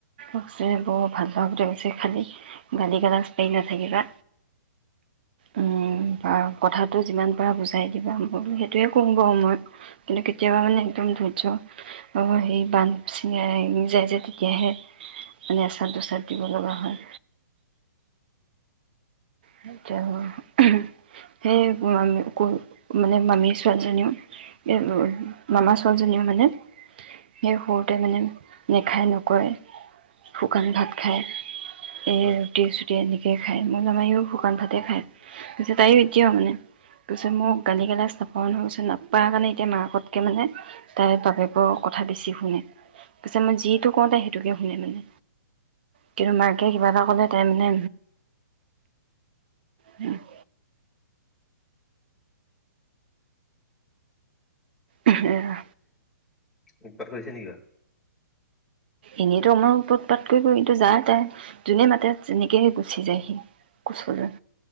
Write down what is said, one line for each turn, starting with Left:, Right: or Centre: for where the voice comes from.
Right: আছে ব ভাল পাওতে বেছি খালী গালি গালাজ দি নাথাকিবা। উম' আৰু কথাটো যিমান পাৰা বুজাই দিবা, মই সেইটোৱে কম গৈ মই। কিন্তু কেতিয়াবা মানে একদম ধৈৰ্য্য অ', হেৰি বান্ধ গুচি যায় যে তেতিয়াহে স্বাদু স্বাদ দিব লগা হয়। সেইটোৱে উহুম' সেই মামে-মা মানে মামী ছোৱালীজনীও, এই মামাৰ ছোৱালীজনীও মানে, সেই সৰুতে মানে, নেখায় নকয় শুকান ভাত খায়। এ
Centre: হয়
Right: ৰুটি এনেকে খায়। মই আমা শুকান ভাতে খায়। পিছে তাই এতিয়াও মানে, পিছে মোক গালি গালাজ নাপাও নহয় পিছত নাপাৰ কাৰণে এতিয়া মাকতকে মানে তাইৰ বাপেকৰ কথা বেছি শুনে। পিছে মই যিটো কওঁ তাই সেইটোকে শুনে মানে। কিন্তু মাকে কিবা এটা ক'লে তাই মানে হম্ ' উহহ'
Centre: একবাৰ কৈছে নেকি কা
Right: এনেইতো আমাৰ ওপৰত উত-পাত কৰি গৈ তো যায়। তাই জোনে মাতে যেনেকে গুচি যায় সি কোচলৈ।